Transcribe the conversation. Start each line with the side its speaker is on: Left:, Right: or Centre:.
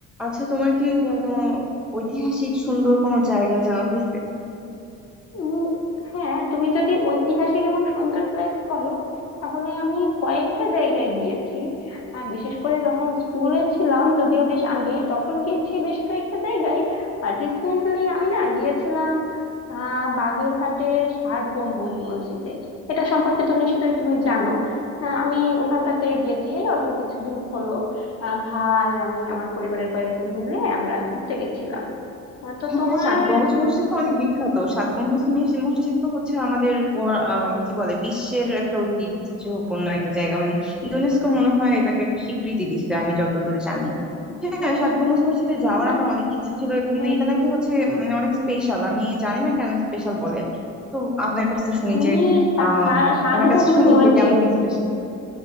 Centre: আচ্ছা তোমার কি কোনো ঐতিহাসিক সুন্দর কোনো জায়গায় যাওয়া হয়েছে
Left: উম, হ্যাঁ তুমি যদি ঐতিহাসিক এবং সুন্দর প্লেস বলো তাহলে আমি কয়েকটা জায়গায় গিয়েছি আহ, বিশেষ করে যখন স্কুলে ছিলাম যদিও বেশ আগে তখন গিয়েছি বেশ কয়েকটা জায়গায় আর রিসেন্টলি আমি না গিয়েছিলাম আহ বাগেরহাটের ষাট গম্বুজ মসজিদে এটা সম্পর্কে তো নিশ্চয়ই তুমি জানো আহ, আমি ওখানটাতে গেছি এই অল্প কিছুদিন হলো আহ, ভাই আমি আমার পরিবারের কয়েকজন মিলে আমরা ঘুরতে গেছিলাম আহ, তো
Centre: হ্যাঁ
Left: তোমার
Centre: সাত গম্বুজ মসজিদ তো অনেক বিখ্যাত সাত গম্বুজ মিস- মসজিদ তো হচ্ছে আমাদের ও- আম, কি বলে বিশ্বের একটা ঐতিহ্যপূর্ণ একটা জায়গা মানে ইউনেস্কো মনে হয় এটাকে একটা স্বীকৃতি দিচ্ছে আমি যতদূর জানি হ্যাঁ
Left: এ-
Centre: সাত
Left: এ-
Centre: গম্বুজ মসজিদে যাওয়ার
Left: না
Centre: আমার অনেক ইচ্ছে ছিল এবং
Left: মানে
Centre: এটা নাকি হচ্ছে উম, অনেক স্পেশাল আমি জানি না কেন স্পেশাল বলে তো আপনার কাছে শুনি
Left: আমি
Centre: যে
Left: সা-
Centre: আহ
Left: সা- ষাট
Centre: তোমার কাছে
Left: গম্বুজ
Centre: শুনি
Left: মসজিদ
Centre: যে কেমন স্পেশাল